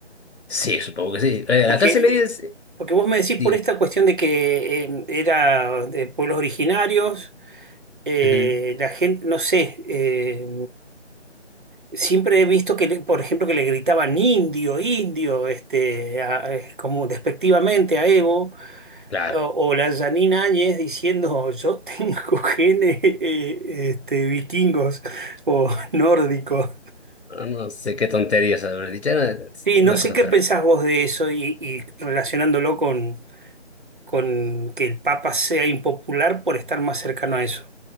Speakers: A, on the left; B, on the right.
A: Sí, supongo que sí. Eh,
B: Porque
A: La clase media es,
B: Porque vos me decís
A: di-
B: por esta cuestión de que eh, era de pueblos originarios, eh,
A: ujú,
B: la gente, no sé, eh, siempre he visto que, le- por ejemplo, que le gritaban indio, indio, este, a- eh, como despectivamente a Evo,
A: claro.
B: o, o la Janine Áñez diciendo, yo tengo <laughs> genes eh, este, vikingos o <laughs> nórdicos.
A: No sé qué tonterías haber dicho, era
B: Sí,
A: una
B: no sé
A: cosa
B: qué
A: terrible.
B: pensás vos de eso y, y relacionándolo con con que el Papa sea impopular por estar más cercano a eso.